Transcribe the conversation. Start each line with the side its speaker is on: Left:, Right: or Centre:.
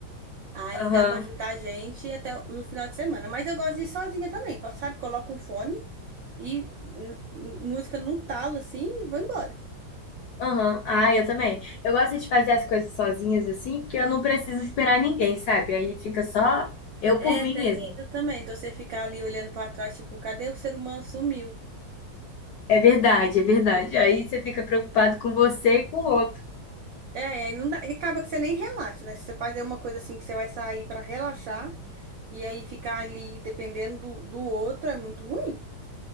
Right: Aí
Left: Aham.
Right: dá pra juntar gente até no final de semana. Mas eu gosto de ir sozinha também, co- sabe? Coloco um fone e hum, música no talo, assim, e vou embora.
Left: Aham. Ah, eu também. Eu gosto de fazer as coisas sozinhas assim, porque eu não preciso esperar ninguém, sabe? Aí fica só eu
Right: É,
Left: por mim
Right: tem
Left: mesmo.
Right: isso também, de você ficar ali olhando pra trás, tipo, cadê o ser humano sumiu?
Left: É verdade, é verdade. Aí você fica preocupado com você e com o outro.
Right: É, aí não dá, e acaba que você nem relaxa, né? Se você fazer uma coisa assim que você vai sair pra relaxar. E aí ficar ali dependendo do, do outro é muito ruim.